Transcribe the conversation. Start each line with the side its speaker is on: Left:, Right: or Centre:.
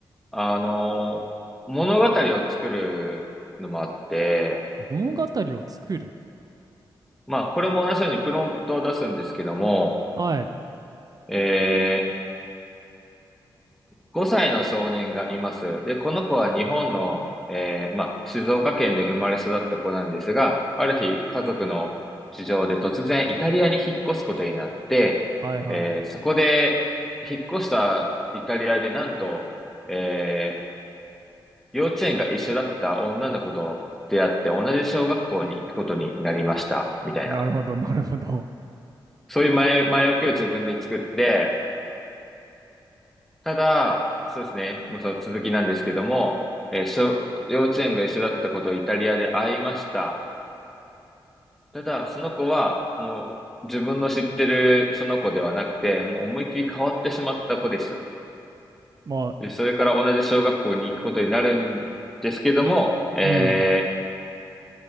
Centre: あの物語を作るのもあって、
Right: 物語を作る。
Centre: まあ、これも同じようにプロンプトを出すんですけども、
Right: はい。
Centre: え5歳の少年がいます。で、この子は日本の、えーまあ、静岡県で生まれ育った子なんですが、ある日、家族の事情で突然イタリアに引っ越すことになって、
Right: はいはい。
Centre: えーそこで、引っ越したイタリアでなんと、えー幼稚園が一緒だった女の子と出会って同じ小学校に行くことになりました、みたいな。
Right: なるほど、なるほど。
Centre: そういう前、前置きを自分で作って、ただ、そうですね。まあ、その続きなんですけども、えー小、幼稚園が一緒だったことをイタリアで会いました。ただ、その子はもう自分の知ってるその子ではなくて、もう思いっきり変わってしまった子でしたと。
Right: まあ、
Centre: で、それから同じ小学校に行くことになるんですけども、えー
Right: うん。